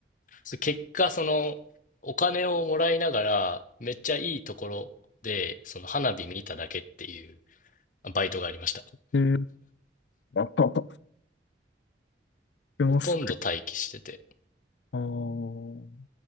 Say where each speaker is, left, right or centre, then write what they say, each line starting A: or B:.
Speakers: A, on the left; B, on the left.
A: そ結果、その、お金をもらいながら、めっちゃいいところで、その花火見ただけっていうバイトがありました。
B: えー、あったあった、<laughs> でもそれ、
A: ほとんど待機してて。
B: あー